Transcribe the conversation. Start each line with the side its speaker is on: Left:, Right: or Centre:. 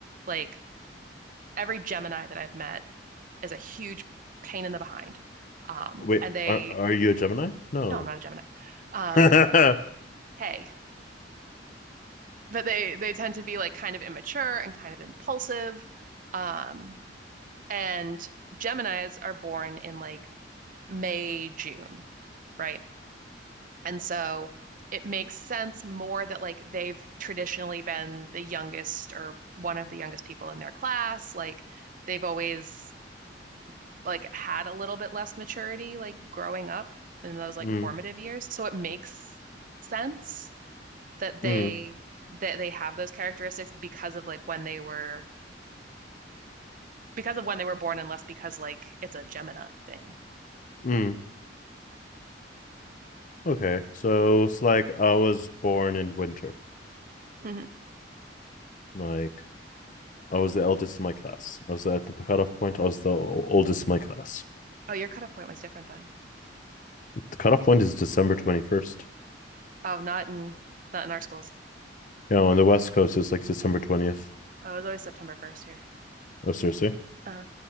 Right: Like every Gemini that I've met is a huge pain in the behind. Um,
Left: Wait,
Right: and they,
Left: are, are you a Gemini? No.
Right: no, I'm not a Gemini.
Left: <laughs>
Right: Um,
Left: mm,
Right: hey. but they they tend to be like kind of immature and kind of impulsive. Um, and Geminis are born in like May, June, right? And so it makes sense more that like they've traditionally been the youngest or one of the youngest people in their class. Like they've always like had a little bit less maturity like growing up in those like
Left: mm,
Right: formative years. So it makes sense that they
Left: mm,
Right: that they have those characteristics because of like when they were because of when they were born and less because like it's a Gemini thing.
Left: mm. Okay. So it's like I was born in winter.
Right: hmm
Left: Like, I was the eldest in my class. I was at the cutoff point. I was the o- oldest in my class.
Right: Oh, your cutoff point was different then.
Left: The cutoff point is December 21st.
Right: Oh, not in not in our schools.
Left: Yeah, on the West Coast it's like December twentieth.
Right: Oh, it was always September 1st here.
Left: Oh, seriously?
Right: Uh,